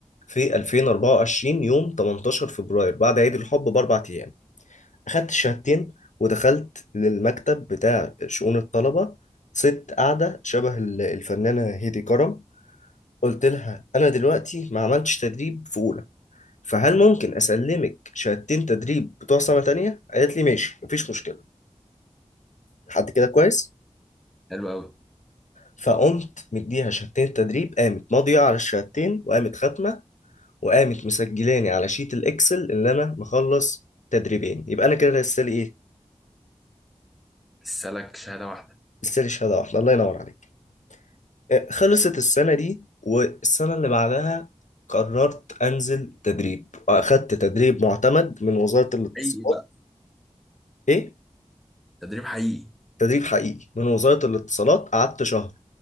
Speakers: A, on the left; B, in the centre.
A: في 2024 يوم 18 فبراير بعد عيد الحب باربع ايام اخدت الشهادتين ودخلت للمكتب بتاع شؤون الطلبه ست قاعده شبه ال- الفنانه هيدي كرم قلت لها انا دلوقتي ما عملتش تدريب في اولى فهل ممكن اسلمك شهادتين تدريب بتوع سنه تانية قالت لي ماشي مفيش مشكله لحد كده كويس
B: حلو قوي
A: فقمت مديها شهادتين تدريب قامت ماضيه على الشهادتين وقامت ختمه وقامت مسجلاني على شيت الاكسل اللي انا مخلص تدريبين يبقى انا كده لسه لي ايه
B: السلك شهادة واحدة
A: لسه لي شهاده واحده الله ينور عليك آه، خلصت السنه دي والسنه اللي بعدها قررت انزل تدريب واخدت تدريب معتمد من وزاره الاتصالات
B: حقيقي بقى
A: ايه
B: تدريب حقيقي
A: تدريب حقيقي من وزاره الاتصالات قعدت شهر